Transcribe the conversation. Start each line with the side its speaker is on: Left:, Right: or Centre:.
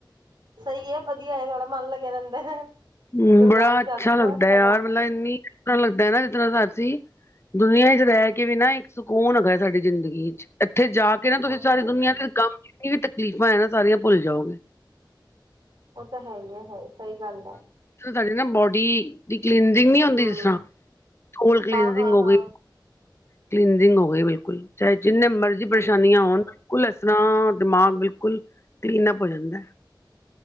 Right: ਸਹੀ ਏ, ਵਧੀਆ ਥੋੜਾ ਮਨ ਲੱਗਿਆ ਰਹਿੰਦਾ।
Left: ਹੂੰ,
Right: ਗੁਰਦੁਆਰੇ
Left: ਬੜਾ ਅੱਛਾ
Right: ਜਾਂਦੇ
Left: ਲੱਗਦਾ
Right: ਰਹੋ
Left: ਯਾਰ,
Right: ਕੰਮ
Left: ਮਤਲਬ
Right: ਹੈ
Left: ਇੰਨੀ ਤਰ੍ਹਾਂ ਲੱਗਦਾ ਨਾ ਜਿਸ ਤਰਾ ਅਸੀ ਦੁਨੀਆਂ'ਚ ਰਹਿਕੇ ਵੀ ਨਾ ਇੱਕ ਸਕੂਨ ਹੈਗਾ ਸਾਡੀ ਜ਼ਿੰਦਗੀ'ਚ ਇੱਥੇ ਜਾ ਕੇਰਾਂ ਤੁਸੀਂ
Right: ਉਹ ਤਾਂ
Left: ਸਾਰੀ
Right: ਹੈ ਹੀ
Left: ਦੁਨੀਆਂ'ਚ
Right: ਹੈ
Left: ਗਮ, ਜਿਤਨੀ ਵੀ ਤਕਲੀਫ਼ਾਂ ਐ ਨਾ ਸਾਰੀਆਂ ਭੁੱਲ ਜਾਓਗੇ।
Right: ਉਹ ਤਾ ਹੈਗਾ ਹੈ, ਸਹੀ ਗੱਲ ਐ।
Left: ਤੁਹਾਡੀ ਨਾ ਬੋਡੀ ਦੀ ਕਲੀਨਜਿੰਗ ਨੀ ਹੁੰਦੀ
Right: ਹਮ
Left: ਜਿਸ ਤਰ੍ਹਾਂ, ਸਕੋਲ ਕਲੀਨਜਿੰਗ
Right: ਹਾਂ ਹਾਂ
Left: ਹੋ
Right: ਹਾਂ
Left: ਗਈ। ਕਲੀੰਜਿਗ ਹੋ ਗਈ ਬਿਲਕੁਲ, ਚਾਹੇ ਜਿੰਨੇ ਮਰਜ਼ੀ
Right: ਬਿਲਕੁਲ
Left: ਪਰੇਸ਼ਾਨੀਆਂ ਹੋਣ ਬਿਲਕੁਲ ਐਸ ਰਾਂ ਦਿਮਾਗ ਬਿਲਕੁਲ, ਕਲੀਨ ਅੱਪ ਹੋ ਜਾਂਦੈ।